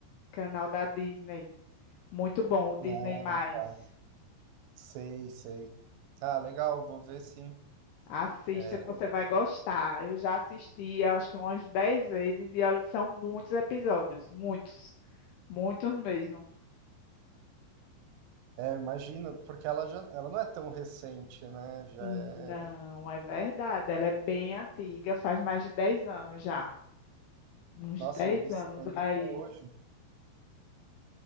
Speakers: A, on the left; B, on the right.
A: canal da Disney. Muito bom, o Disney
B: Ah,
A: mais.
B: tá. Sei, sei. Ah, legal, vou ver sim.
A: Assista
B: É,
A: que você vai gostar. Eu já assisti, eu acho que umas 10 vezes e olha que são muitos episódios, muitos, muitos mesmo.
B: é, eu imagino, porque ela já, ela não é tão recente, né? Já
A: Não,
B: é.
A: é verdade. Ela é bem antiga, faz mais de 10 anos já. Uns
B: Nossa,
A: 10
B: e eles
A: anos
B: têm até
A: aí.
B: hoje.